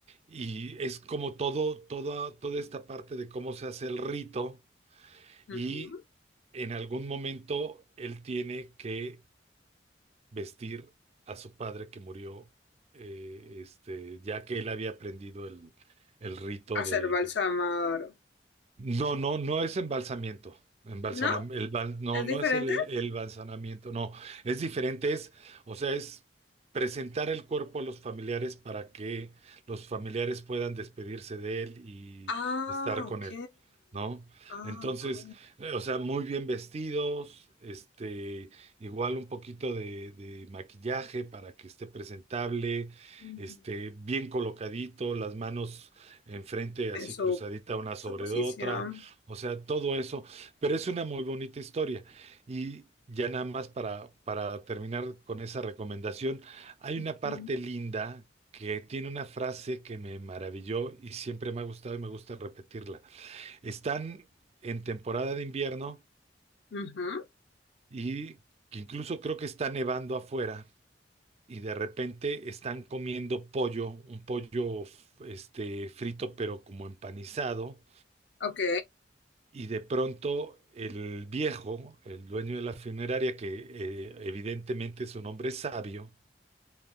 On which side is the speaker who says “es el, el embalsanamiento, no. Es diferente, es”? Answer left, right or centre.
Right